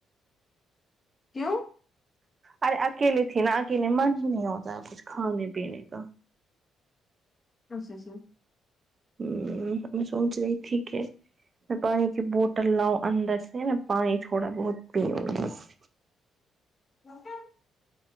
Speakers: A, on the left (about 35°); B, on the right (about 40°).
A: کیوں
B: ارے اکیلے تھی نا اکیلے من ہی نہی ہوتا ہے کچھ کھانے پینے کا
A: اچھا اچھا
B: ہمم میں سوچ رہی تھی کہ میں پانی کی بوٹل لاؤں اندر سے میں پانی تھوڑا بہت پیو بس
A: <unintelligible>